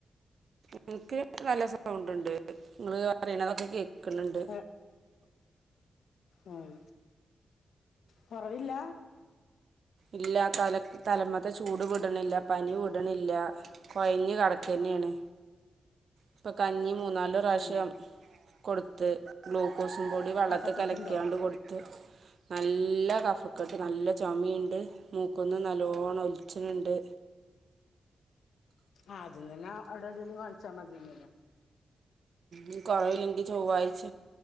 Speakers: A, on the right (about 60°); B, on the left (about 85°).
A: എനക്ക് നല്ല സൗണ്ട് ഉണ്ട് നിങ്ങള് പറയണതൊക്കെ കേക്കണണ്ട്
B: ഏ, ഉം. കൊറവില്ല
A: ഇല്ല തല തലമത്ത ചൂട് വിടണില്ല പനി വിടണില്ല കുഴഞ്ഞ് കടക്ക തന്നെയാണ് ഇപ്പൾ കഞ്ഞി മൂന്നാല് പ്രാവശ്യം
B: ഏ,
A: കൊടുത്ത് ഗ്ലൂക്കോസ് പ പൊടി വെള്ളത്തി
B: കഫക്കെട്ടുണ്ടോ
A: കലക്കാണ്ട് കൊടുത്ത് നല്ല കഫക്കട്ട് നല്ല ചുമയുണ്ട് മൂക്കൊന്ന് നല്ലോണം ഒലിച്ചിനുണ്ട്
B: ആ് അതിന്നന്നെ അവിടെ എടെലും കളിച്ചാ മതിന്നല്ലേ
A: ഉ കുറവല്ലെങ്കി ചൊവ്വാഴ്ച്ച